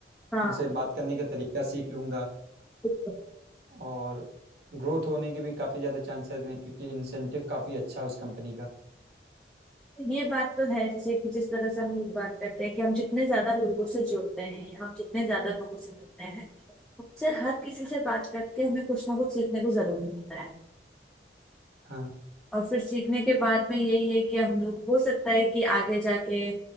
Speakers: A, in the centre; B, on the right.
A: हाँ
B: उनसे बात करने का तरीका सीख लूँगा
A: बिल्कुल।
B: और ग्रोथ होने के भी काफ़ी ज़्यादा चांसेस हैं क्योंकि इंसेंटिव काफ़ी अच्छा है उस कंपनी का
A: ये बात तो है जैसे कि जिस तरह से हम लोग बात करते हैं कि हम जितने ज्यादा लोगों से जुड़ते हैं या हम जितने ज्यादा लोगों से मिलते हैं उससे हर किसी से बात करके हमें कुछ ना कुछ सीखने को जरूर मिलता है
B: हाँ
A: और फिर सीखने के बाद में यही है कि हम लोग हो सकता है कि आगे जाके